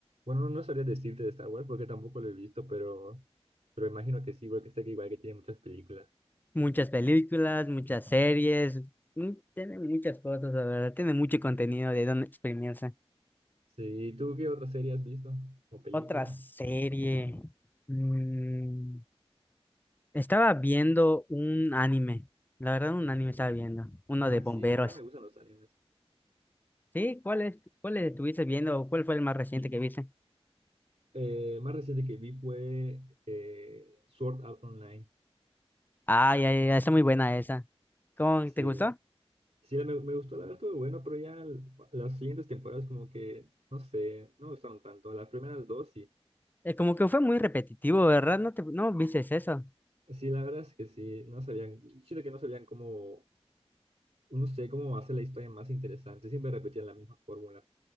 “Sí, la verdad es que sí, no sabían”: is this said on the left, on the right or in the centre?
Right